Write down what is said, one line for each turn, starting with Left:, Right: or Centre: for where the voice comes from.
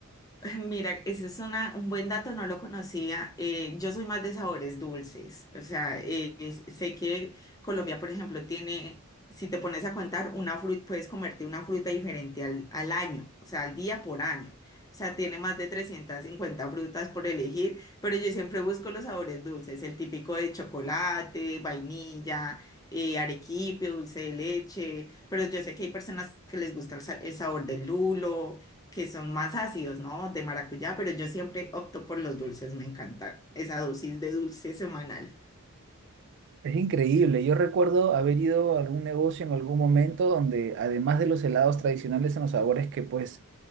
Left: <laughs> Mira, ese es una, un buen dato, no lo conocía. Eh, yo soy más de sabores dulces, o sea, eh, es- sé que Colombia, por ejemplo, tiene, si te pones a contar, una fruta, puedes comerte una fruta diferente al, al año, o sea, al día por año. O sea, tiene más de 350 frutas por elegir, pero yo siempre busco los sabores dulces, el típico de chocolate, vainilla, eh, arequipe, dulce de leche, pero yo sé que hay personas que les gusta el, sa- el sabor del lulo que son más ácidos, ¿no? De maracuyá, pero yo siempre opto por los dulces, me encanta esa dosis de dulce semanal.
Right: Es increíble. Yo recuerdo haber ido a algún negocio en algún momento donde, además de los helados tradicionales en los sabores que pues